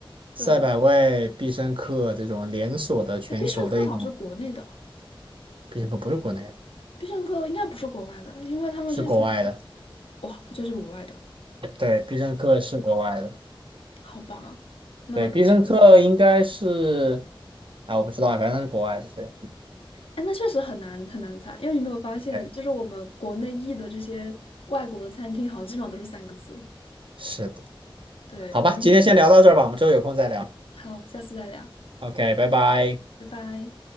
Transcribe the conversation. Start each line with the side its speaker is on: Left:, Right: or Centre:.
Right: 赛百味、
Left: 对，
Right: 必胜客这种连锁的全球的一种，
Left: 那必胜客好像是国内的，
Right: 必胜客不是国内的，
Left: 必胜客应该不是国外的，因为他们之前，
Right: 是国外的。
Left: 哇，它就是国外的，
Right: 对，必胜客是国外的。
Left: 好吧？那那确实，
Right: 对，必胜客应该是，啊，我不知道啊，反正它是国外的。对，
Left: 哎，那确实很难很难猜，因为你没有发现，
Right: 对，
Left: 就是我们国内译的这些外国的餐厅，好像基本上都是三个字。
Right: 是的。
Left: 对，
Right: 好吧，
Left: 我们。
Right: 今天先聊到这儿吧，我们之后有空再聊。
Left: 好，下次再聊，
Right: OK，拜拜。
Left: 拜拜。